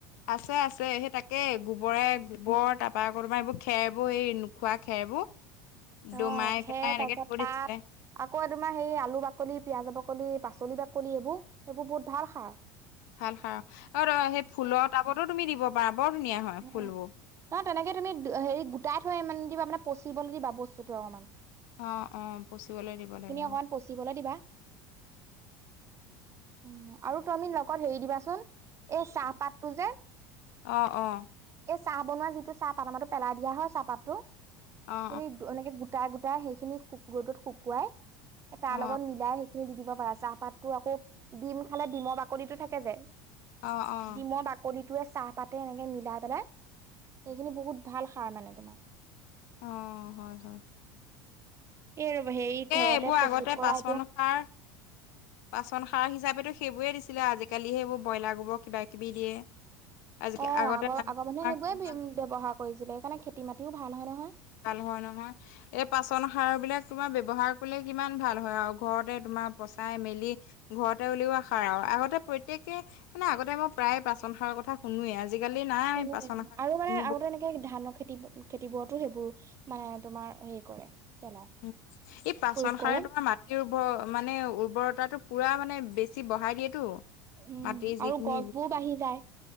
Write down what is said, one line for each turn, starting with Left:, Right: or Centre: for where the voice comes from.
Left: আছে আছে। সেই তাকেই গোবৰে গোবৰ তাৰ কৰবা এইবোৰ খেৰ এইবোৰ সেই নোখোৱা খেৰবোৰ দমাই
Right: অ খেৰ
Left: পেলাই এনেকে
Right: তাৰপিছত
Left: থৈ
Right: পাত,
Left: দিছিলে
Right: আকৌ তোমাৰ হেই আলু বাকলি, পিয়াজ বাকলি, পাচলি বাকলি এইবোৰ সেইবোৰ বহুত ভাল সাৰ।
Left: ভাল সাৰ। অ সেই ফুলৰ টাবতো তুমি দিব পাৰা বৰ ধুনীয়া হয়
Right: অ
Left: ফুলবোৰ
Right: ন তেনেকে তুমি হেৰি গোটাই থৈ ইমান নিদিব মানে পচিবলৈ দিবা বস্তুতটো অকণমান।
Left: অ অ পচিবলৈ দিব লাগে।
Right: অকমান
Left: অহ।
Right: পচিবলৈ দিবা উম আৰু তুমি লগত হেৰি দিবাচোন, এই চাহপাতটো যে
Left: অঁ অঁ।
Right: এই চাহ বনোৱা যিটো চাহপাত, আমাৰো পেলাই দিয়া হয় চাহপাত টো।
Left: অ অ
Right: তুমি এনেকে গোটাই গ সেইখিনিক ৰ'দত শুকুৱাই তাৰ
Left: অ
Right: লগত মিলাই খিনি দি দিব পাৰা। চাহপাততো আকৌ, ডিম খালে ডিমৰ বাকলিটো থাকে যে
Left: অ অ অ
Right: ডিমৰ বাকলিটোয়ে চাহ পাতে এনেকে মিলাই পেলাই, সেইখিনি বহুত ভাল সাৰ মানে তোমাৰ
Left: অ হয় হয়।
Right: এই ৰব হেৰি
Left: এ
Right: ঘৰতে
Left: এইবোৰ আগতে
Right: প্ৰস্তুত কৰা
Left: পাচন
Right: এইটো
Left: সাৰ, পাচন সাৰ হিচাপে সেইবোৰে দিছিলে। আজিকালি এইবোৰ ব্ৰইলাৰ গোবৰ কিবা কিবি দিয়ে। আজি
Right: অ
Left: আগতে
Right: আগৰ-আগৰ মানুহে সেইবোৰে
Left: কিমান
Right: ব্যৱহাৰ কৰিছিলে। সেইকাৰণে খেতি- মাতিও ভাল হয় নহয়।
Left: ভাল হয় নহয়। এই পাচন সাৰ বিলাক তোমাৰ ব্যৱহাৰ কৰিলে কিমান ভাল হয় আৰু ঘৰতে তোমাৰ পচাই মেলি ঘৰতে উলিওৱা সাৰ আৰু, আগতে প্ৰত্যেকেই মানে আগতে মই প্ৰায়ে পাচন সাৰ কথা শুনোৱে। আজিকালি নাই
Right: সুনোৱে
Left: পাচন সাৰ
Right: আৰু
Left: কিনো
Right: মানে আৰু এনেকে ধানৰ খেতি খেতিবোৰতো সেইবোৰো মানে তোমাৰ হেৰি কৰে। পেলাই
Left: উ, ই পাচন
Right: প্ৰয়োগ
Left: সাৰে
Right: কৰে
Left: তোমাৰ মাটিৰ উৰ ব মানে উৰ্বৰতাটো পুৰা মানে বেছি বঢ়াই দিয়েতো।
Right: উম,
Left: মাটিৰ যিখিনি
Right: আৰু গছবোৰ বাঢ়ি যায়।